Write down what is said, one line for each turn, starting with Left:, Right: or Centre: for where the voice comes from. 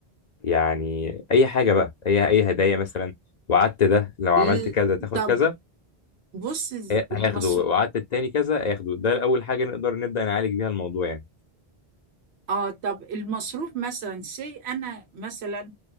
Left: يعني اي حاجه بقى اي اي هدايا مثلا وعدت ده لو عملت
Right: ال-
Left: كذا تاخد
Right: طب
Left: كذا
Right: بص
Left: هي-
Right: المس...
Left: هياخده وعدت التاني كذا هياخده ده اول حاجه نقدر نبدا نعالج بيها الموضوع يعني
Right: اه طب المصروف مثلا سي انا مثلا